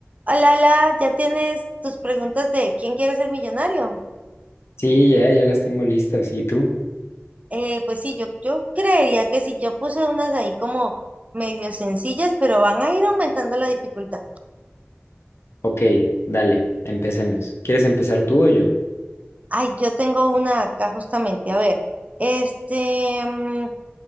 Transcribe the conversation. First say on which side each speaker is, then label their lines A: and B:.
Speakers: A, on the right (about 35°); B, on the left (about 75°).
A: Hola, hola, ya tienes tus preguntas de quién quiere ser millonario.
B: Sí, ya, ya las tengo listas. ¿Y tú?
A: Eh, pues sí, yo, yo creería que sí, yo puse unas ahí como medio sencillas, pero van a ir aumentando la dificultad.
B: Ok, dale, empecemos. ¿Quieres empezar tú o yo?
A: Ay, yo tengo una acá justamente. A ver, este, mm,